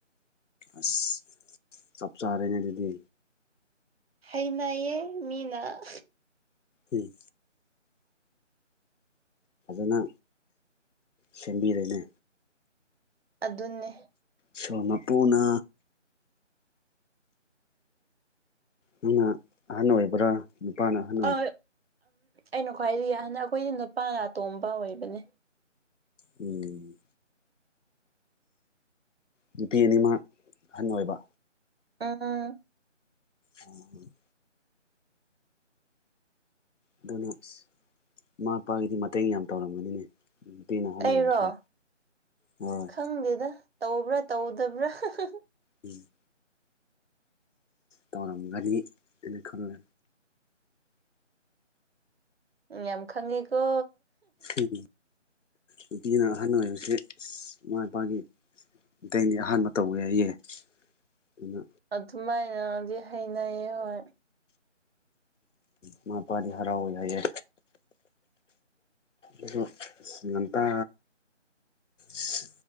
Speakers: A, on the left; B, on the right.
A: ꯑꯁ ꯆꯞ ꯆꯥꯔꯦꯅꯦ ꯑꯗꯨꯗꯤ
B: ꯍꯩꯅꯩꯑꯦ ꯃꯤꯅꯥ
A: ꯎꯝ ꯐꯖꯅ ꯁꯦꯝꯕꯤꯔꯦꯅꯦ
B: ꯑꯗꯨꯅꯦ
A: ꯁꯣ ꯃꯄꯨꯅ ꯅꯪꯅ ꯑꯍꯜ ꯑꯣꯏꯕ꯭ꯔꯥ ꯅꯨꯄꯥꯅ ꯍꯟ
B: ꯑ ꯑꯩꯅ ꯈ꯭ꯋꯥꯏꯗꯒꯤ ꯍꯟꯗ ꯑꯩꯈꯣꯏꯗꯤ ꯅꯨꯄꯥꯅ ꯑꯇꯣꯝꯕ ꯑꯣꯏꯕꯅꯦ
A: ꯎꯝ ꯅꯨꯄꯤ ꯑꯅꯤꯃꯛ ꯑꯍꯟ ꯑꯣꯏꯕ
B: ꯎꯝ ꯎꯝ
A: ꯍꯨꯍꯨꯝ ꯑꯗꯨꯅ ꯑꯁ ꯃꯃꯥ ꯃꯄꯥꯒꯤꯗꯤ ꯃꯇꯦꯡ ꯌꯥꯝ ꯇꯧꯔꯝꯒꯅꯤꯅꯦ ꯄꯅꯥ ꯍꯕꯁꯦ
B: ꯑꯩꯔꯣ
A: ꯍꯣꯏ
B: ꯈꯪꯗꯦꯗ ꯇꯧꯕ꯭ꯔꯥ ꯇꯧꯗꯕ꯭ꯔꯥ ꯍꯍ
A: ꯎꯝ ꯇꯔꯝ ꯔꯗꯤ ꯑꯩ ꯈꯜꯔꯦ
B: ꯌꯥꯝ ꯈꯪꯉꯦꯀꯣ
A: ꯎ ꯎꯝ ꯅꯨꯄꯤꯅ ꯑꯍꯜ ꯑꯣꯏꯕꯁꯤ ꯑꯁ ꯏꯃꯥ ꯏꯄꯥꯒꯤ ꯃꯇꯦꯡꯗꯤ ꯑꯍꯥꯟꯕ ꯇꯧꯋꯦ ꯍꯥꯏꯌꯦ ꯑꯗꯨꯅ
B: ꯑꯗꯨꯃꯥꯏꯅꯗꯤ ꯍꯩꯅꯩ ꯌꯦ
A: ꯎꯝ ꯃꯄꯥꯗꯤ ꯍꯔꯥꯎ ꯏ ꯌꯥꯏꯌꯦ ꯑꯗꯨ ꯉꯟꯇꯥ ꯁ